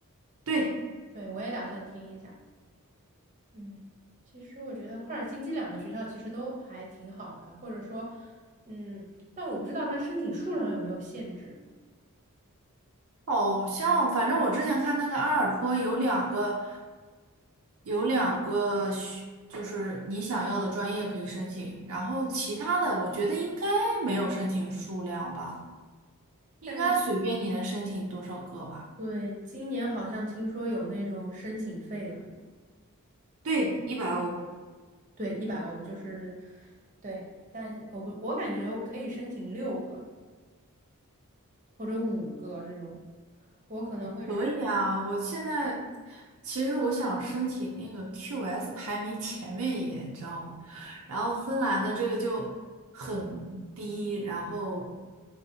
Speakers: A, on the right (about 65°); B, on the right (about 35°).
A: 对，
B: 对，我也打算听一下。嗯，其实我觉得赫尔辛基两个学校其实都还挺好的，或者说，嗯，但我不知道它申请数量有没有限制。
A: 好像反正我之前看那个阿尔托有两个有两个学，就是你想要的专业可以申请，然后其他的我觉得应该没有申请数量吧，应该随便你能申请多少个吧。
B: 但是，对，今年好像听说有那种申请费了，
A: 对，一百欧。
B: 对，一百欧就是，对，但是我我感觉我可以申请六个或者五个这种，我可能会申，
A: 可以啊，我现在其实我想申请那个 QS 排名前面一点，你知道吗？然后芬兰的这个就很低，然后，